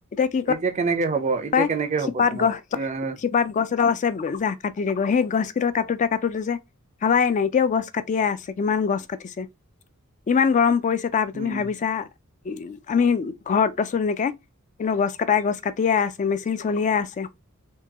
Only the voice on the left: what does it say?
কি
<inaudible>
শিপাত
<unintelligible>
শিপাত গছ এডাল আছে জাহ কাটিৰে গৈ সেই গছ কেইডাল কাটোতে কাটোতে যে ভাৱাই নাই এতিয়াও গছ কাটিয়ে আছে কিমান গছ কাটিছে। ইমান গৰম। পৰিছে তাৰ তুমি
ভাবিছা আমি ঘৰত আছো তেনেকে। কিন্তু গছ কাটাই গছ কাটিয়ে আছে। মেচিন চলিয়ে আছে